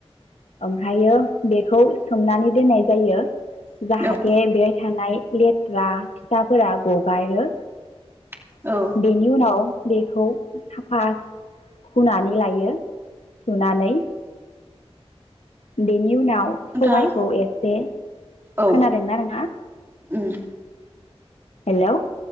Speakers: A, on the left; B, on the right.
A: ओमफ्रायो बेखौ सोमनानै दोननाय जायो।
B: औ
A: जाहाथे बेयाव थानाय लेथ्रा फिसाफोरा गगारो।
B: औ औ
A: बेनि उनाव बेखौ साफा हुनै लायो सुनानै बेनि नि उनाव
B: नोंथाङा
A: सबायखौ एसे
B: औ
A: खोनादोंना नोंथाङा?
B: उम
A: हेलौ